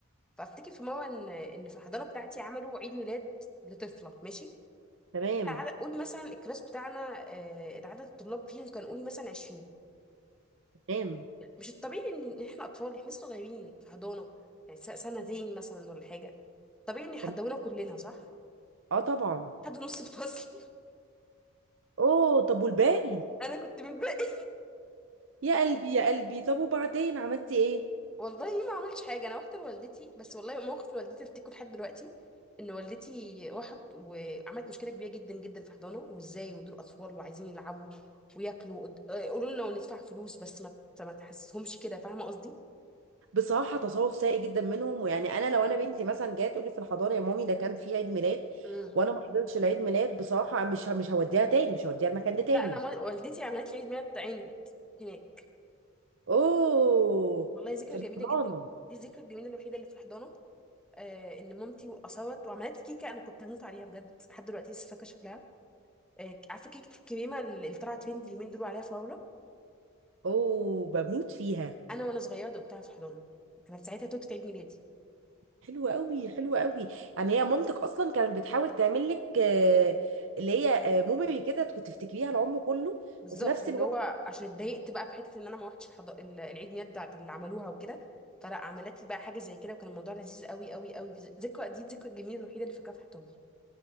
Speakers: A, in the centre; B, on the right.
A: فافتكر في مره ان ان في الحضانه بتاعتي عملوا عيد ميلاد لطفله ماشي
B: تمام
A: احنا عدد قولي مثلا الكلاس بتاعنا آه، العدد الطلاب فيهم كان قولي مثلا 20
B: تمام
A: مش الطبيعي ان إن احنا اطفال احنا لسه صغيرين في حضانه يعني س- سنتين مثلا ولا حاجه طبيعي ان يحدونا
B: تمام
A: كلنا صح
B: اه طبعا
A: حد نص الفصل
B: اوه طب والباقي
A: <laughs> انا كنت من الباقي
B: يا قلبي يا قلبي طب وبعدين عملتي ايه
A: <laughs> والله ما عملتش حاجه انا رحت لوالدتي بس والله موقف لوالدتي افتكره لحد دلوقتي ان والدتي راحت وعملت مشكله كبيره جدا جدا في حضانه وازاي ودول اطفال وعايزين يلعبوا وياكلوا قد- آه، قولوا لنا وندفع فلوس بس ما ت- ما تحسسهمش كده فاهمه قصدي
B: بصراحة تصرف سيء جدا منهم ويعني أنا لو أنا بنتي مثلا جاية تقول لي في الحضانة يا مامي ده كان في عيد ميلاد
A: امم
B: وأنا ما حضرتش العيد ميلاد بصراحة مش ه- مش هوديها تاني مش هوديها المكان ده تاني
A: لا انا مول- والدتي عملت لي عيد ميلاد عند هناك
B: أوه
A: والله ذكرى
B: في
A: جميله
B: الحضانة
A: جدا دي الذكرى الجميله الوحيده اللي في الحضانه آه ان مامتي وقصوت وعملت كيكه انا كنت هموت عليها بجد لحد دلوقتي لسه فاكره شكلها آه عارفه كيكه الكريمه اللي طلعت ترند اليومين دول عليها فراوله
B: أوه بموت فيها
A: انا وانا صغيره دقتها في الحضانه كانت ساعتها توتة عيد ميلادي
B: حلوة قوي حلوة قوي يعني هي مامتك أصلا كانت بتحاول تعمل لك آه، اللي هي آه، ميموري كده كنت تفتكريها العمر كله
A: بالظبط
B: وفي نفس
A: واللي
B: الوقت
A: هو عشان اتضايقت بقى في حته ان انا ما روحتش الحضا... ال- العيد ميلاد بتاعت اللي عملوها وكده فلا عملت لي بقى حاجه زي كده وكان الموضوع لذيذ قوي قوي قوي ذكرى دي الذكرى الجميله الوحيده اللي فاكراها في الحضانه